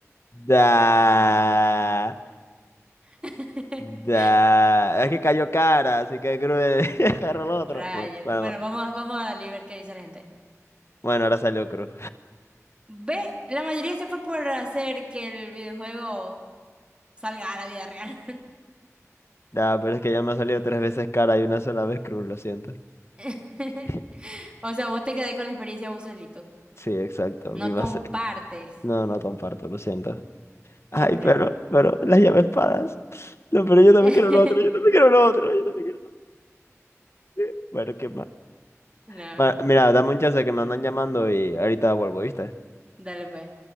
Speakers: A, on the left; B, on the right.
A: Da,
B: <laughs>
A: da. Es que cayó cara, así que cruz <laughs> agarró el otro.
B: Rayo.
A: Bueno, bueno,
B: Bueno, vamos, a- vamos a darle y ver qué dice la gente.
A: bueno, ahora salió cruz.
B: Ve, la mayoría se fue por hacer que el videojuego salga a la vida real.
A: Da, pero es que ya me ha salido tres veces cara y una sola vez cruz, lo siento.
B: <laughs>
A: <laughs>
B: O sea, vos te quedáis con la experiencia vos solito.
A: Sí, exacto. Viva,
B: No compartes.
A: No, no comparto, lo siento. Ay,
B: Qué cruel.
A: pero, pero, las llaves espadas. No, pero yo también
B: <laughs>
A: quiero lo otro, yo también quiero lo otro, yo también quiero lo otro. Bueno, qué más.
B: No,
A: Bueno, mira, dame un chance que me andan llamando y ahorita vuelvo, ¿viste?
B: dale pues.